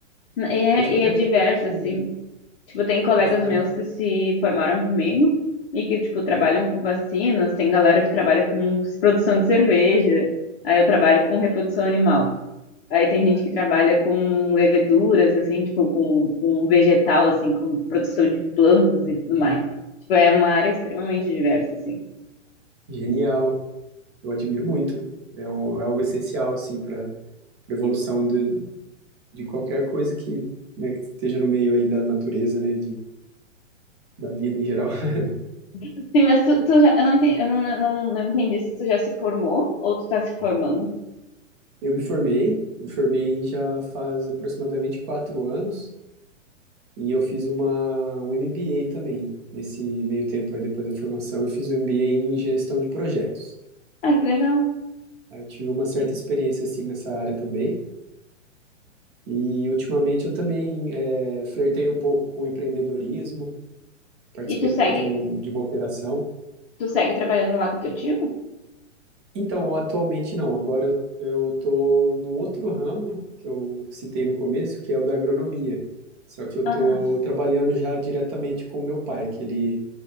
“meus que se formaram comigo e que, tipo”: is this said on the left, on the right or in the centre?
Left